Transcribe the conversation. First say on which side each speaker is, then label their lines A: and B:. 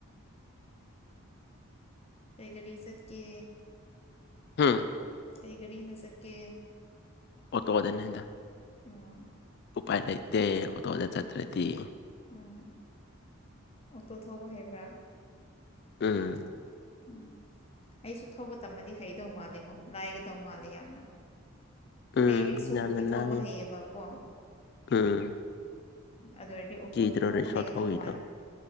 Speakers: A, on the left (about 25°); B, on the left (about 50°).
A: ꯀꯩ ꯘꯔꯤ ꯆꯠꯀꯦ
B: ꯎꯝ
A: ꯀꯩ ꯘꯥꯔꯤꯅ ꯆꯠꯀꯦ
B: ꯑꯣꯇꯣ ꯑꯗꯅꯤꯗ
A: ꯑꯥ
B: ꯎꯐꯥꯏ ꯂꯩꯇꯦ ꯅꯠꯇ꯭ꯔꯗꯤ
A: ꯑꯥ ꯑꯣꯇꯣ ꯊꯧꯕ ꯍꯩꯕ꯭ꯔꯥ
B: ꯎꯝ
A: ꯎꯝ ꯑꯩꯁꯨ ꯊꯧꯕ ꯇꯝꯃꯗꯤ ꯍꯩꯗꯧ ꯃꯥꯜꯂꯦꯉꯣ ꯂꯥꯏꯒꯗꯧ ꯃꯥꯜꯂꯦ ꯌꯥꯝꯅ
B: ꯎꯝ
A: ꯑꯩ ꯔꯤꯛꯁꯣꯕꯨꯗꯤ
B: ꯌꯥꯝꯅ
A: ꯊꯧꯕ
B: ꯂꯥꯏꯌꯦ
A: ꯍꯩꯌꯦꯕꯀꯣ
B: ꯎꯝ
A: ꯑꯗꯨ ꯑꯣꯏꯔꯗꯤ ꯑꯣꯛꯇꯣꯗꯤ
B: ꯀꯤꯗ꯭ꯔꯣ
A: ꯊꯧꯕ
B: ꯔꯤꯛꯁꯣ
A: ꯍꯩꯒꯗꯧ
B: ꯊꯧꯔꯤꯗꯣ
A: ꯃꯥꯜ